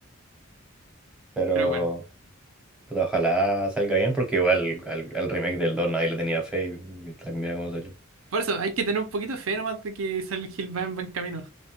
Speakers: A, in the centre; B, on the right.
A: Pero
B: Pero bueno,
A: puta, ojalá salga bien porque igual al, al remake del 2 nadie le tenía fe y, y tal, mira cómo salió.
B: por eso hay que tener un poquito de fe nomás de que Silent Hill va en buen camino.